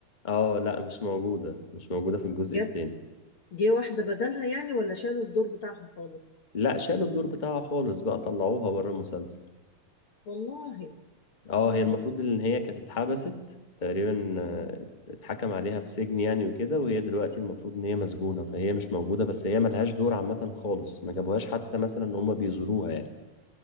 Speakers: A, on the left (about 20°); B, on the left (about 55°).
A: اه لا مش موجودة مش موجودة في الجزء
B: جت
A: التاني
B: جه واحده بدلها يعني ولا شالوا الدور بتاعها خالص
A: لا شالوا الدور بتاعها خالص بقى طلعوها بره المسلسل
B: والله
A: اه
B: مم.
A: هي المفروض ان هي كانت اتحبست تقريبا آه،
B: مم.
A: اتحكم عليها بسجن يعني وكده وهي دلوقتي المفروض ان هي مسجونة فهي مش موجودة بس هي ملهاش دور عامة خالص ما جابوهاش حتى مثلا ان هما بيزوروها يعني